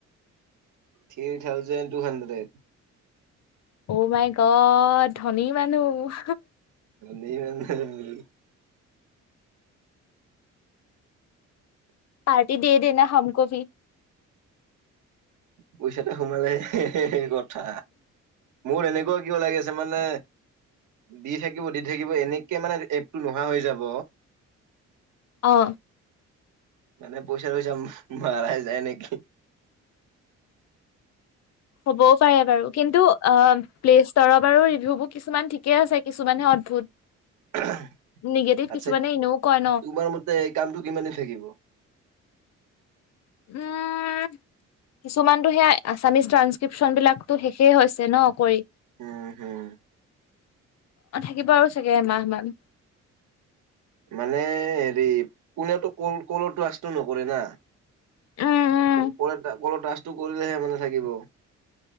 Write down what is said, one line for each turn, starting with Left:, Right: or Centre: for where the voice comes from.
Right: থ্ৰী থাউজেড টু হাণ্ড্ৰেড
Left: অ মাই গত ধনী মানুহ
Right: <unintelligible>
Left: পাৰ্টি দে দেনা হামকো ভি
Right: পইচাতে সোমালে কথা মোৰ এনেকুৱা কিয় লাগি আছে মানে দি থাকিব দি থাকিব এনেকে মানে এপটো নোহোৱা হৈ যাব
Left: অ
Right: মানে পইচা চইচা মাৰাই যায় নেকি?
Left: হ'বও পাৰে বাৰু কিন্তু অ প্লেচ দৰব আৰু ৰিভিউবোৰ কিছুমান ঠিকে আছে, কিছুমানে অদ্ভুত।
Right: উহ উহ
Left: নিগেটিভ
Right: আচ্ছা,
Left: কিছুমানে এনেও কয় ন
Right: তোমাৰ মতে এই কামটো কিমান দিন থাকিব?
Left: উম উম, কিছুমানতো সেয়া আছামিছ ট্ৰানসক্ৰিপচন বিলাক টো শেষেই হৈছে ন কৰি
Right: উম উম
Left: অ থাকিব আৰু চাগে এমাহ মান
Right: মানে হেৰি কোনেওতো কল কলৰ টাক্সটো নকৰে না ক
Left: উম উম
Right: কল কলৰ টাক্সটো কৰিলেহে মানে থাকিব